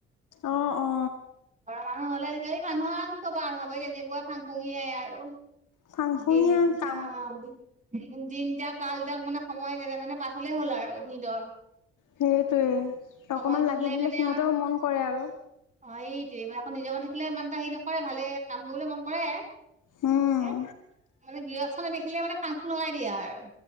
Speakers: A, on the left (about 60°); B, on the right (about 20°).
A: অ', অ'।
B: মানুহ হ'লে আজিকালি মানুহ আৰু কি ক'বা, আৰু ভাব তেনেকুৱা ফাং খুঙে আৰু।
A: ফাংফুঙীয়া
B: দিন।
A: কাম
B: দিন দাক কালটাক মানে সময় যেনে তেনে পাৰ হ'লে হ'ল আৰু সিহঁতৰ।
A: সেইটোৱেই
B: সময়টো
A: অকণমান লাগি
B: হলেই
A: দিলে
B: মানে
A: সিহঁতেও
B: আৰু
A: মন কৰে আৰু।
B: অ', এইটোৱেই মানে আকৌ নিজৰ মন থাকিলে ইমান এটা হেৰি নকৰে, ভালে কাম কৰিবলৈ মন কৰে। এ,
A: উম
B: মানে গৃহস্থ নেদেখিলে মানে ফাং ফুং লগাই দিয়া আৰু।